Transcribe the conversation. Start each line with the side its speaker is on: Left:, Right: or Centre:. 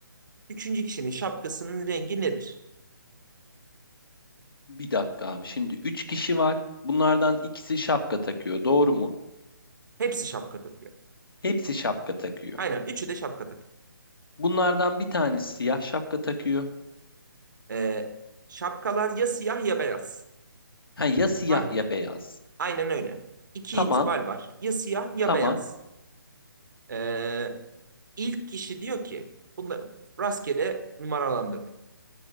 Right: Üçüncü kişinin şapkasının rengi nedir?
Left: Bir dakika abi. Şimdi üç kişi var. Bunlardan ikisi şapka takıyor. Doğru mu?
Right: Hepsi şapka takıyor.
Left: Hepsi şapka takıyor.
Right: Aynen üçü de şapka
Left: Bunlardan bir tanesi siyah şapka takıyor.
Right: Ee, şapkalar ya siyah ya beyaz.
Left: Ha, ya siyah
Right: Hang-
Left: ya beyaz.
Right: Aynen öyle. İki
Left: Tamam,
Right: ihtimal var. Ya siyah ya
Left: tamam,
Right: beyaz. Ee, ilk kişi diyor ki bunları rastgele numaralandırdım.